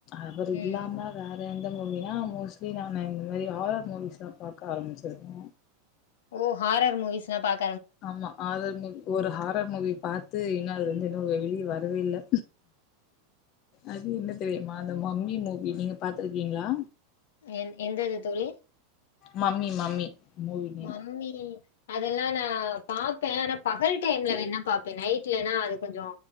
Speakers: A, on the left (about 45°); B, on the left (about 65°).
A: அவர் இல்லாம
B: ம்
A: வே எந்த மூவினா மோஸ்ட்லி நானு இந்த மாரி ஆரர் மூவிஸ்லா பாக்க ஆரம்பிச்சிருவே
B: ஓ ஹாரர் மூவிஸ்லா பாக்
A: ஆமா ஆரர் ஒரு ஹாரர் மூவி பாத்து இன்னு அது வந்து வெளிய வரவே இல்ல அது என்ன தெரியுமா அந்த மம்மி மூவி நீங்க பாத்துருக்கீங்ளா
B: எ எந்தது தோழி
A: mummy mummy movie name
B: mummy அதெல்லா நான் பாப் பே ஆனா பகல் டைம்ல வேணன பாப் பே நைட்லனா அது கொஞ்சோ